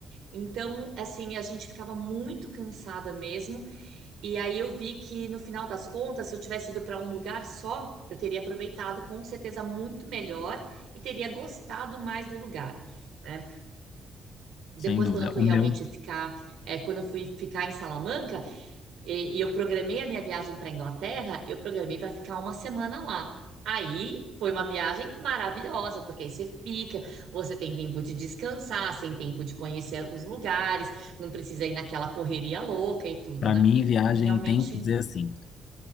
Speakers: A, on the right (about 80°); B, on the left (about 65°).
A: Então, assim, a gente ficava muito cansada mesmo, e aí eu vi que no final das contas, se eu tivesse ido para um lugar só, eu teria aproveitado com certeza muito melhor e teria gostado mais do lugar. né? Depois,
B: sem dúvida.
A: quando eu fui
B: O
A: realmente
B: meu,
A: ficar, é, quando eu fui ficar em Salamanca e, e eu programei a minha viagem para Inglaterra, eu programei para ficar uma semana lá. Aí foi uma viagem maravilhosa, porque aí você fica, você tem tempo de descansar, você tem tempo de conhecer os lugares, não precisa ir naquela correria louca e tudo,
B: para
A: né?
B: mim, viagem
A: Então, realmente
B: tem que ser assim.